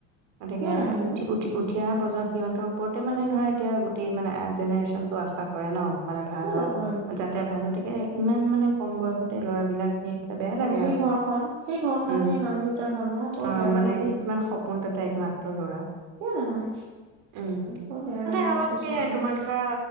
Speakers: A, on the right (about 60°); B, on the right (about 80°).
A: গতিকে
B: কিয় নহয়নো
A: উঠি উঠি উঠি অহা প্ৰজন্ম। সিহঁতৰ ওপৰতে মানে ধৰা এতিয়া গোটেই মানে জেনেৰেচনটো আশা কৰে ন। মানে ভাল
B: কিয়
A: হওঁক
B: নকৰে
A: যাতে ভাল গতিকে। ইমান মানে কম বয়সতে ল'ৰাবিলাক। সেই বেয়া লাগে
B: সেই
A: আৰু।
B: ঘৰখন সেই ঘৰখন
A: উম
B: সেই মাক দেউতাক হাল ন বৰ
A: অঁ
B: বেয়া
A: মানে
B: লাগে দেই
A: কিমান সপোন তাতে একমাত্ৰ লৰা,
B: কিয় নহয়
A: উম
B: বৰ বেয়া
A: মানে
B: লাগে
A: অলপ
B: মই কৈছো
A: সেইয়াই
B: নহয়
A: তোমাৰ ধৰা